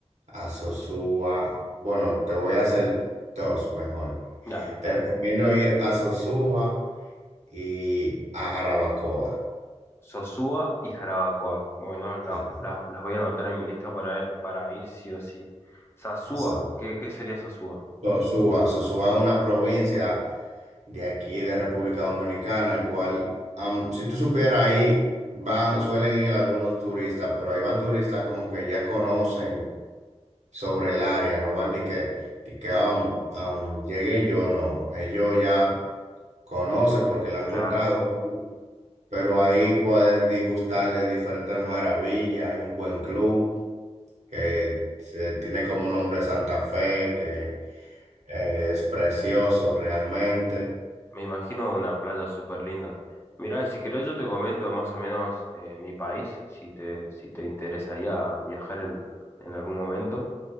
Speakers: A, on the right (about 75°); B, on the left (about 20°).
A: a Sosúa. Bueno, te voy a hacer dos mejor.
B: Dale.
A: Te recomiendo ir a Sosúa y a Jarabacoa.
B: Sosúa y Jarabacoa. Bueno, las
A: Sí.
B: las- las voy a anotar en mi lista para, para ir sí o sí. Sasúa,
A: Exacto.
B: ¿qué, qué sería Sasúa?
A: Sosúa. Sosúa es una provincia. de aquí, de República Dominicana, el cual, am, si tú supieras, ahí van, suelen ir algunos turistas, pero ahí van turistas como que ya conocen sobre el área, no van de que, de que am, am, llegué yo, no, ellos ya conocen porque le han
B: Claro,
A: contado, pero ahí puedes degustar de diferentes maravillas, hay un buen club que se tiene como nombre Santa Fe, que eh, es precioso realmente.
B: me imagino una playa súper linda. Mirá, si querés yo te comento más o menos eh, mi país, si te, si te interesaría viajar en, en algún momento.